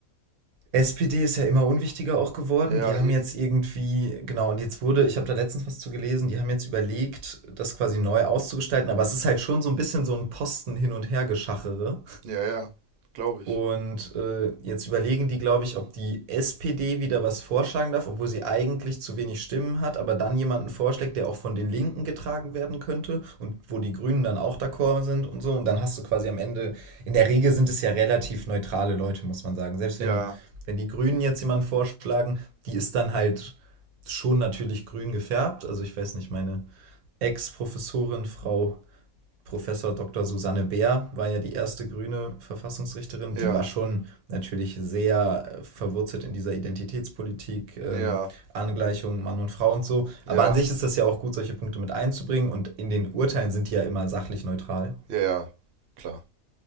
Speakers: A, on the right; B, on the right.
A: SPD ist ja immer unwichtiger auch geworden.
B: ja, ja,
A: Die haben
B: eben,
A: jetzt irgendwie, genau, und jetzt wurde, ich habe da letztens was zu gelesen, die haben jetzt überlegt, das quasi neu auszugestalten, aber es ist halt schon so ein bisschen so ein Posten hin und her geschachere.
B: ja, ja, glaube ich.
A: Und äh, jetzt überlegen die, glaube ich, ob die SPD wieder was vorschlagen darf, obwohl sie eigentlich zu wenig Stimmen hat, aber dann jemanden vorschlägt, der auch von den Linken getragen werden könnte und wo die Grünen dann auch d'accord sind und so. Und dann hast du quasi am Ende, in der Regel sind es ja relativ neutrale Leute, muss man sagen. Selbst
B: Ja,
A: wenn die, wenn die Grünen jetzt jemanden vorschlagen, die ist dann halt schon natürlich grün gefärbt. Also ich weiß nicht, meine Ex-Professorin Frau Professor Dr. Susanne Bär war ja die erste grüne Verfassungsrichterin.
B: ja,
A: Die war schon natürlich sehr äh, verwurzelt in dieser Identitätspolitik, ähm,
B: ja,
A: Angleichung Mann und Frau und so.
B: ja,
A: Aber an sich ist das ja auch gut, solche Punkte mit einzubringen. Und in den Urteilen sind die ja immer sachlich neutral.
B: ja, ja, klar.